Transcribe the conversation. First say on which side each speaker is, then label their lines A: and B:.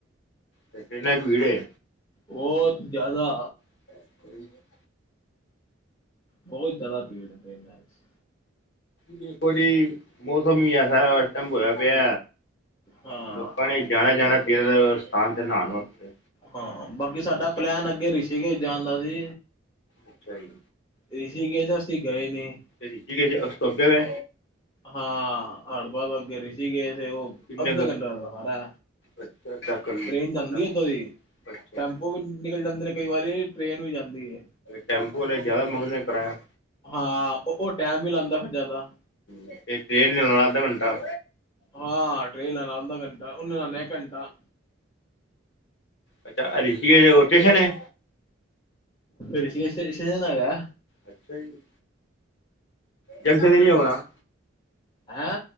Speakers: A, on the left; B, on the left.
A: ਤੇ ਟ੍ਰੇਨਾਂ 'ਚ ਭੀੜ ਏ।
B: ਬੋਤ ਜਾਦਾ।
A: <unintelligible>
B: ਬੋਤ ਜਾਦਾ ਭੀੜ ਐ ਟ੍ਰੇਨਾਂ 'ਚ।
A: ਦੇਖੋ ਜੀ ਮੌਸਮ ਈ ਐਸਾ ਏਸ ਟਮ ਹੋਇਆ ਪਿਆ
B: ਹਾਂ
A: ਲੋਕਾਂ ਨੇ। ਜਾਣਾ ਜਾਣਾ ਫੇਰ ਸਥਾਨ ਤੇ ਨਾਣ ਵਾਸਤੇ।
B: ਹਾਂ, ਬਾਕੀ ਸਾਡਾ ਪਲੈਨ ਅੱਗੇ ਰਿਸ਼ੀਕੇਸ਼ ਜਾਣ ਦਾ ਸੀ।
A: ਅੱਛਾ ਜੀ।
B: ਰਿਸ਼ੀਕੇਸ਼ ਅਸੀ ਗਏ ਨੇ।
A: ਰਿਸ਼ੀਕੇਸ਼ ਉਸ ਤੋ ਅੱਗੇ ਵੇ।
B: ਹਾਂ, ਹਰਦੁਆਰ ਤੋਂ ਅੱਗੇ ਰਿਸ਼ੀਕੇਸ਼ ਏ ਓ।
A: ਕਿੰਨੇ
B: ਅੱਧੇ
A: ਕੁ
B: ਘੰਟੇ ਦਾ ਸਾਰਾ
A: ਅੱਛਾ ਅੱਧਾ ਕਿਲੋ
B: ਟ੍ਰੇਨ ਜਾਂਦੀ
A: ਅੱਧਾ
B: ਉਦੋਂ ਦੀ
A: ਅੱਛਾ
B: ਟੈਂਪੋ ਵੀ ਨਿਕਲ ਜਾਂਦੇ ਨੇ ਕਈ ਵਾਰੀ ਟ੍ਰੇਨ ਵੀ ਜਾਂਦੀ ਐ।
A: ਟੈਂਪੂ ਵਾਲੇ ਜ਼ਿਆਦਾ ਮੰਗਦੇ ਕਿਰਾਇਆ।
B: ਹਾਂ ਓ ਓ ਟੈਮ ਵੀ ਲਾਂਦਾ ਫ਼ੇਰ ਜਾਦਾ।
A: ਹ ਤੇ ਟ੍ਰੇਨ ਨੇ ਲਾਣਾ ਅੱਧਾ ਘੰਟਾ।
B: ਹਾਂ ਟ੍ਰੇਨ ਲਾਨਾ ਅੱਧਾ ਘੰਟਾ ਓਨੇ ਲਾਨਾ ਇੱਕ ਘੰਟਾ।
A: ਅੱਛਾ ਰਿਸ਼ੀਕੇਸ਼ ਹੋਰ ਸ਼ਟੇਸ਼ਨ ਐ।
B: ਰਿਸ਼ਿਕੇਸ਼ ਤੇ ਰਿਸ਼ੀਕੇਸ਼ ਹੈਗਾ।
A: ਅੱਛਾ ਜੀ ਜੰਕਸ਼ਨ ਤੇ ਨੀ ਹੋਣਾ
B: ਹੈਂ